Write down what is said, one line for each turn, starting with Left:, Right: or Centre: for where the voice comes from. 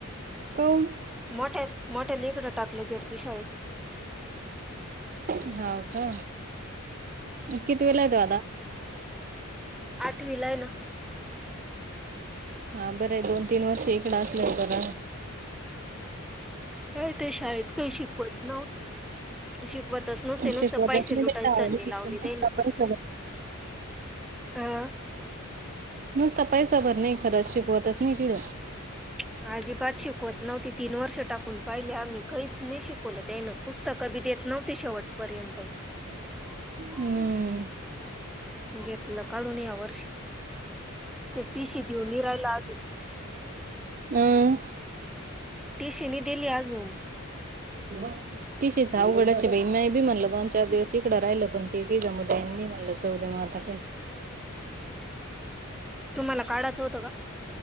Right: काऊन?
Centre: <inaudible> मोठ्या मोठ्या लकडं टाकलं झेडपी शाळेत
Right: <inaudible> हव का किती वेला येतो आता
Centre: <inaudible> आठवीलाय ना
Right: <inaudible> हा बरं आहे दोन तीन वर्ष इकड असले बर
Centre: अ ते शाळेत काही शिकवत नव्हत <inaudible> <inaudible> शिकवतच नुसते नुसते
Right: शिकवतच
Centre: पैसे
Right: नाही
Centre: लुटायचे त्यांनी
Right: तिकडं.
Centre: लावले जाईना
Right: नुसता
Centre: <inaudible>
Right: पैसा भर
Centre: आह
Right: <inaudible> नुसता पैसा भर नाही खरंच शिकवतच नाही तिड
Centre: <inaudible> अजिबात शिकवत नव्हती तीन वर्ष टाकून पाहिली आम्ही काहीच नाही शिकवल त्यान पुस्त क देत नव्हती शेवट पर्यंत <inaudible>
Right: हम्म.
Centre: <inaudible> घेतलं काढून या वर्ष <inaudible> तेटीशी देऊनी रायला आज हो
Right: हम <inaudible>
Centre: <inaudible> ती शिनी दिली अजून
Right: <inaudible> तिशीच अवघडाची बही म बी म्हणला दोन चार दिवस इकडं राहिलं पण ते जाऊदयानी म्हणललं तरद म माात काही <inaudible>
Centre: <inaudible> तुम्हाला काढायचं होतं का